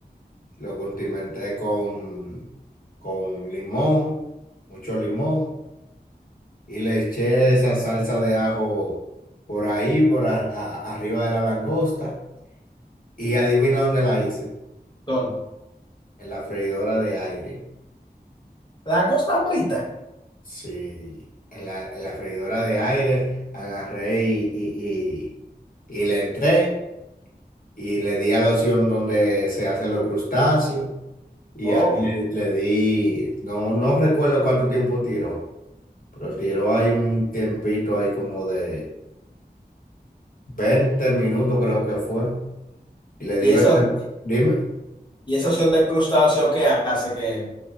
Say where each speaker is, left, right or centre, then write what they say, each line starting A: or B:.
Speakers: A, on the left; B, on the left.
A: lo condimenté con, con limón, mucho limón y le eché esa salsa de ajo por ahí, por a- a- arriba de la langosta. Y adivina dónde la hice.
B: Son
A: En la freidora de aire.
B: langosta frita.
A: Sí, en la, en la freidora de aire agarré y, y, y, y le entré y le di a la opción donde se hacen los crustáceos. Y
B: Oh,
A: ahí le, le di, no, no recuerdo cuánto tiempo tiró, pero tiró ahí un tiempito ahí como de 20 minutos creo que fue. Y le debe,
B: y eso,
A: dime,
B: y esa opción de crustáceo que hace que